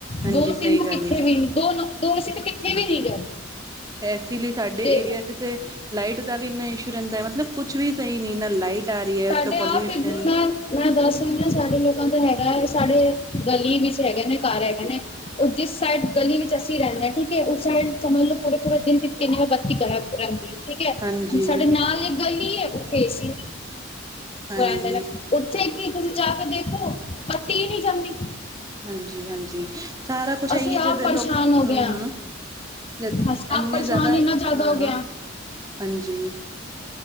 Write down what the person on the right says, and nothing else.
ਹਾਂਜੀ
ਸਹੀ
ਗੱਲ
ਹੈ
ਐਸੇ ਲਈ ਸਾਡੇ
ਏਰੀਏ 'ਚ ਤੇ ਲਾਈਟ ਦਾ ਵੀ ਇੰਨਾ ਇਸ਼ੂ ਰੈਂਦੈ, ਮਤਲਬ ਕੁਛ ਵੀ ਸਹੀ ਨਈ, ਨਾ ਲਾਈਟ ਆ ਰਹੀ ਹੈ
ਉੱਤੋਂ
ਪੋਲਿਊਸ਼ਨ
ਹਾਂਜੀ
ਹਾਂਜੀ
ਹਾਂਜੀ-ਹਾਂਜੀ ਸਾਰਾ ਕੁਛ ਐ
ਈ ਏ,
ਜਦ
ਲੋਕ
ਹੂੰ-ਹੂੰ।
ਜਦ,
ਐੰਨੇ
ਜਾਦਾ
ਹਾਂ-
ਹਾਂ, ਹਾਂਜੀ।